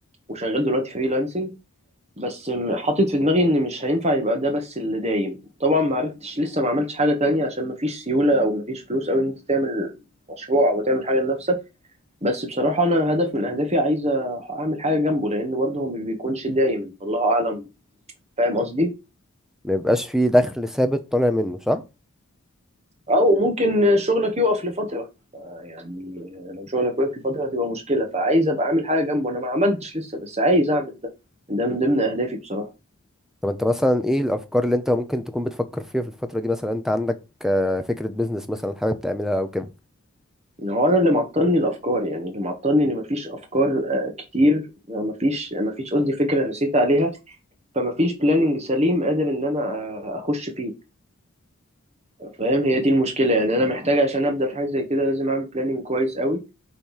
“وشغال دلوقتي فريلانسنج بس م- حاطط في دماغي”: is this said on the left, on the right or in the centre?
Right